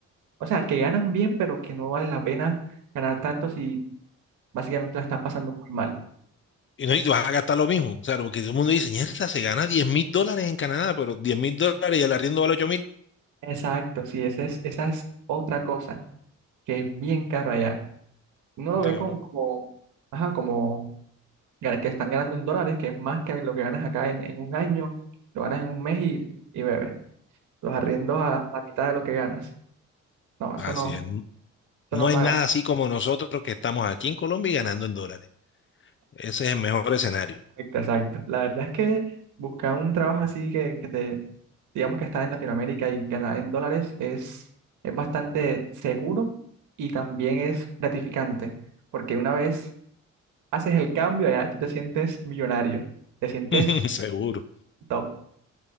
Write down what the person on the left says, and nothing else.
Y no, y vas a gastar lo mismo. O sea, porque todo el mundo dice, "Mierda, se gana diez mil dólares en Canadá, pero diez mil dólares y el arriendo vale ocho mil.
Claro,
así
es.
No
hay
nada así como nosotros que estamos aquí en Colombia y ganando en dólares. Ese es el mejor escenario.
<laughs> Seguro,